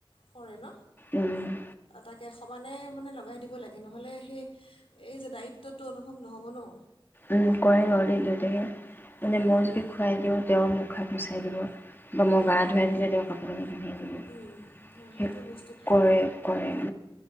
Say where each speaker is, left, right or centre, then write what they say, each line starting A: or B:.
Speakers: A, on the left; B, on the left.
A: কৰে ন
B: উম।
A: তাকে। সমানে মানে লগাই দিব লাগে নহ'লে সেই এই যে দায়িত্বটো অনুভৱ নহ'ব ন,
B: উম! কৰে বাৰু দেউতাকে মানে
A: উম
B: মই যদি
A: উম
B: খুৱাই দিওঁ তেওঁ মোক হাত মুছাই দিব। বা মই
A: উম
B: গা ধুৱাই দিলে তেওঁ কাপোৰ কানি পিন্ধাই দিব
A: উম অঁ, সেইটো
B: সেই
A: বস্তু ভাল
B: কৰে কৰে। <inaudible>